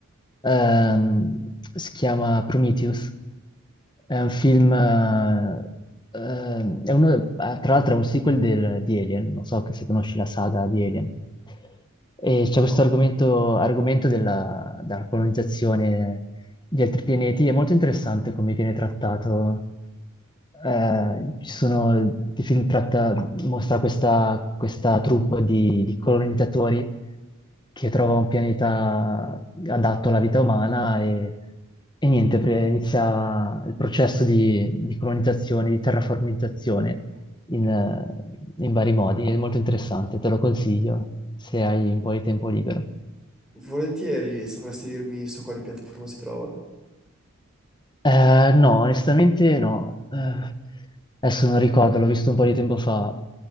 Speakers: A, on the left; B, in the centre.
A: ehm, si chiama Prometheus, è un film, eh, ehm, è uno- eh, tra l'altro è un sequel del- di Alien, non so se conosci la saga di Alien, e
B: No.
A: c'è questo argomento, argomento della, della colonizzazione di altri pianeti, è molto interessante come viene trattato eh, ci sono, il film tratta, mostra questa, questa troupe di, di colonizzatori che trova un pianeta adatto alla vita umana e, e niente, pre- inizia il processo di, di colonizzazione, di terraformizzazione in, eh, in vari modi. È molto interessante, te lo consiglio se hai un po' di tempo libero.
B: Volentieri sapresti dirmi su quale piattaforma si trova?
A: Eh, no, onestamente no. Eh, adesso non ricordo, l'ho visto un po' di tempo fa.